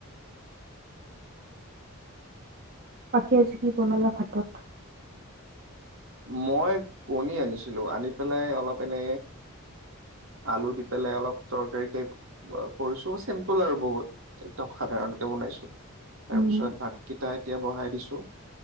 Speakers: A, on the right; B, on the right.
A: পাখী আজি কি বনালে ভাতত?
B: মই কণী আনিছিলো, আনি পেলাই অলপ এনে আলু দি পেলাই অলপ তৰকাৰী টাইপ কৰিছোঁ, চিম্পুল আৰু বহুত একদম সাধাৰণকে বনাইছো। তাৰ
A: উম
B: পিছত ভাতকেইটাই তিয়া বহাই দিছো,